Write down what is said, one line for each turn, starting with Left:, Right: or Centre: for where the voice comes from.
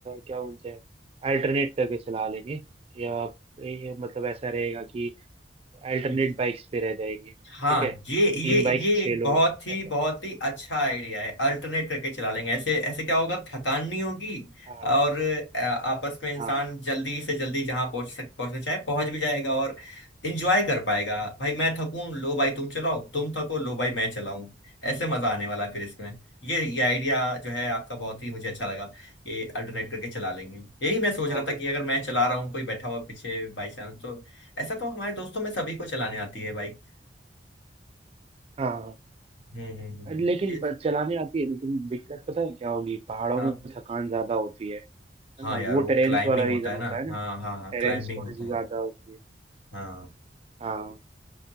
Right: क्या बोलते हैं अल्टरनेट करके चला लेंगे या ये मतलब ऐसा रहेगा कि अल्टरनेट
Left: है
Right: बाइक्स पे रह जाएंगे
Left: हाँ
Right: ठीक है
Left: ये ये
Right: तीन बाइक्स
Left: ये
Right: छह
Left: एक
Right: लोग
Left: बहुत ही
Right: ऐसा
Left: बहुत ही अच्छा आइडिया है अल्टरनेट करके चला लेंगे ऐसे ऐसे क्या होगा थकान नहीं होगी
Right: हाँ
Left: और अ, आपस में इंसान
Right: हाँ
Left: जल्दी से जल्दी जहाँ पहुंच सक पहुंचना चाहे पहुंच भी जाएगा और इंजॉय कर पाएगा भाई मैं थकूं लो भाई तुम चलाओ तुम थको लो भाई मैं चलाऊं ऐसे मजा आने वाला है फिर इसमें ये ये आइडिया जो है आपका बहुत ही मुझे अच्छा लगा ये अल्टरनेट करके चला लेंगे यही मैं सोच
Right: हाँ
Left: रहा
Right: भाई
Left: था कि अगर मैं चला रहा हूँ कोई बैठा हुआ पीछे बाई चांस तो ऐसा तो हमारे दोस्तों में सभी को चलाने आती है बाइक
Right: हाँ
Left: हम्म हम्म हम्म, हम्म।
Right: लेकिन
Left: ये
Right: ब-
Left: थे।
Right: चलाने आती है लेकिन दिक्कत पता है क्या होगी पहाड़ों
Left: हाँ
Right: में थकान ज्यादा होती है है
Left: हाँ
Right: ना
Left: यार
Right: वो
Left: वो
Right: टेरेंस
Left: क्लाइंबिंग
Right: वाला रीजन
Left: होता है
Right: होता
Left: ना
Right: है ना
Left: हाँ हाँ हाँ
Right: टेरेंस
Left: क्लाइंबिंग
Right: थोड़ी
Left: होता
Right: सी
Left: है
Right: ज्यादा होती है
Left: हाँ
Right: हाँ